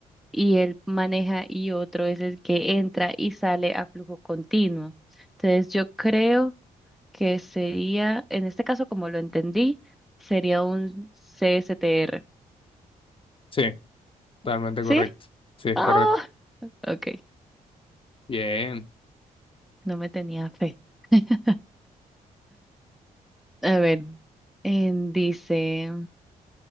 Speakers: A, in the centre; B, on the left.
A: y él maneja y otro es el que entra y sale a flujo continuo. Entonces, yo creo que sería, en este caso, como lo entendí, sería un CSTR.
B: Sí, totalmente
A: ¿Sí?
B: correcto. Sí, es
A: Ah,
B: correcto.
A: ok,
B: Bien.
A: no me tenía fe. <laughs> A ver, en- dice,